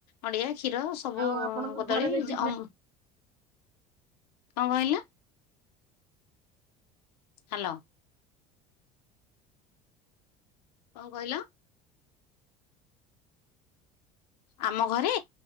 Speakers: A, on the left; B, on the right.
A: ନଡିଆ କ୍ଷୀର ସବୁ
B: ଆଉ ଆପଣଙ୍କ
A: କଦଳୀ
B: ଘରେ ବେଶୀ
A: ଅମୃ <inaudible> କଣ କହିଲ? ହ୍ୟାଲୋ। କଣ କହିଲ? ଆମ ଘରେ